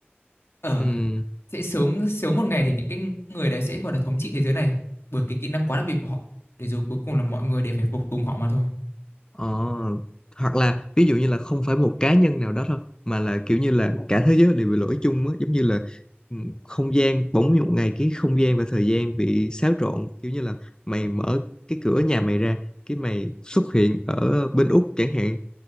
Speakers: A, on the left (about 80°); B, on the left (about 20°).
A: ở
B: ừm,
A: sẽ sớm sớm một ngày thì những cái người đấy sẽ gọi là thống trị thế giới này bởi cái kỹ năng quá đặc biệt của họ để rồi cuối cùng là mọi người đều phải phục tùng họ mà thôi
B: Ờ, hoặc là ví dụ như là không phải một cá nhân nào đó thôi mà là kiểu như là cả thế giới đều bị lỗi chung á giống như là ừ, không gian bỗng một ngày cái không gian và thời gian bị xáo trộn kiểu như là mày mở cái cửa nhà mày ra cái mày xuất hiện ở bên Úc chẳng hạn